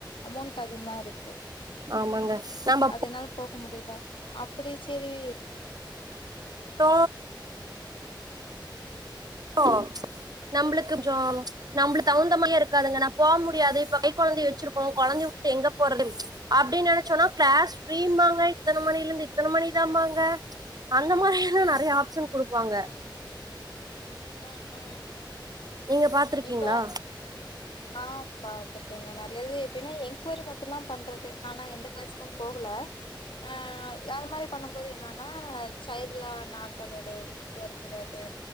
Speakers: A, on the left (about 85°); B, on the right (about 50°).
A: அமௌண்ட் அதிகமா இரு க்கு
B: ஆமாங்க நம்ம
A: அது என்னால போக முடில அப்டி சேரி
B: ஆ அ நம்மளுக்கு ஜாம் நம்பளுக்கு தகுந்தமையே இருக்காதுங்க நான் போ முடியாது இப்ப கை கொழந்தை வச்சிருக்கோம் கொழந்தைய விட்டுட்டு எங்க போறது அப்டின்னு நினைச்சோன்னா கிளாஸ் ஃப்ரீம்பாங்க இத்தன மணில இருந்து இத்தன மணி தாம்பாங்க அந்த மாரியெல்லாம் நறைய ஆப்ஷன் குடுப்பாங்க.
A: அ ஆ
B: நீங்க பாத்துருக்கீங்களா
A: இப்ப ஆ பாத்துருக்கேங்க நறையது எப்டினா என்கோரி மட்டும் தான் பண்றது ஆனா எந்த கிளாஸுக்கும் போகல அ அது மாரி பண்ணும் போது என்னன்னா சைல்டுலா நாட் அலோடு கூட்டு வர கூடாது